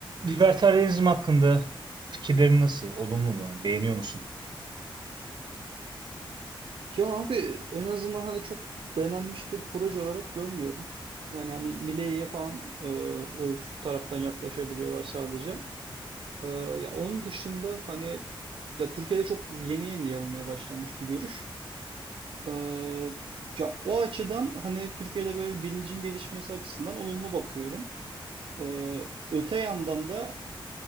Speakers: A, on the right (about 50°); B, on the right (about 70°).
A: Libertarianizm hakkında fikirlerin nasıl? Olumlu mu? Beğeniyor musun?
B: Ya abi en azından hani çok denenmiş bir proje olarak görmüyorum. Yani hani Milei'ye falan e, o taraftan yaklaşabiliyorlar sadece. E, ya onun dışında hani ya Türkiye'de çok yeni yeni yayılmaya başlanmış bir görüş. E, ya o açıdan hani Türkiye'de böyle bilincin gelişmesi açısından olumlu bakıyorum. E, öte yandan da